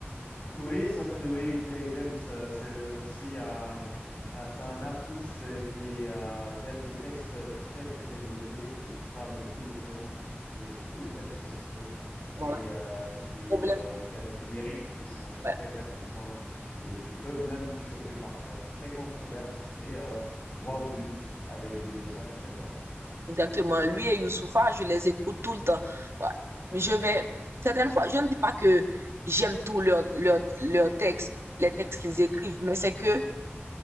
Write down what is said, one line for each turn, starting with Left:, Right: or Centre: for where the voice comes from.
Left: Oui, Sam- oui, Kerry James, euh, c'est aussi un, un- c'est un artiste qui, est, euh, qui a des textes très très développés et qui parle de tous les thèmes, et surtout des thèmes sociétaux, et
Right: Voilà.
Left: euh, qui,
Right: Problème.
Left: euh, qui a des lyriques qui sont très
Right: ouais.
Left: percutants et qui peuvent même choquer parfois, très controverses, mais euh, droit au but avec des messages très forts.
Right: Exactement. Lui et Youssoupha, je les écoute tout le temps. Ouais. Je vais, certaines fois, je ne dis pas que j'aime tout leur, leur, leur texte, les textes qu'ils écrivent, mais c'est que,